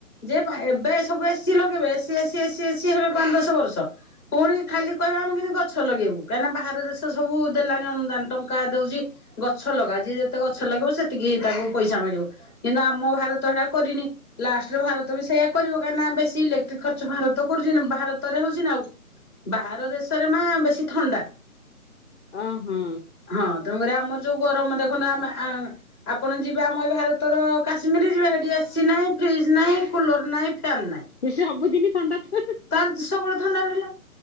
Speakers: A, on the left; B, on the left.
A: ଯେ ଏବେ ସବୁ ଏସି ଲଗେଇବେ, ଏସି ଏସି ଏସି ଏସିି ହେବେ ପାଞ୍ଚ ଦଶ ବର୍ଷ। ପୁଣି ଖାଲି କହିବେ ଆମେ କେମିତି ଗଛ ଲଗେଇବୁ, କାହିଁକି ନା ବାହାର ଦେଶ ସବୁ ଦେଲାଣି ଅନୁଦାନ, ଟଙ୍କା ଦଉଛି। ଗଛ ଲଗାଅ, ଯିଏ ଯେତେ ଗଛ ଲଗେଇବ ସେତିକି ତାକୁ ପଇସା ମିଳିବ। କିନ୍ତୁ ଆମ ଭାରତ ହେଟା କରିନି। ଲାଷ୍ଟରେ ଭାରତ ବି ସେଇଆ କରିବ, କାହିଁ ନା ବେଶୀ ଇଲେକ୍ଟ୍ରି ଖର୍ଚ୍ଚ ଭାରତ କରୁଛି, ଭାରତରେ ହଉଛି ନା ଆଉ। ବାହାର ଦେଶରେ ମା ବେଶୀ ଥଣ୍ଡା।
B: ଅ ହଁ।
A: ହଁ, ତେଣୁ କରି ଆମର ଯୋଉ ଗରମ ଦେଖୁନା ଆମେ ଆମେ। ଆପଣ ଯିବେ, ଆମ ଏଇ ଭାରତର କାଶ୍ମୀର ଯିବେ, ସେଠି ଏସି ନାହିଁ। ଫ୍ରିଜ୍ ନାଇ, କୁଲର ନାଇ, ଫ୍ୟାନ ନାଇ।
B: ଯେ, ସେ ସବୁଦିନି ଥଣ୍ଡା ଥ ଥ।
A: ତାର ତ ସବୁବେଳେ ଥଣ୍ଡା ରହିଲା।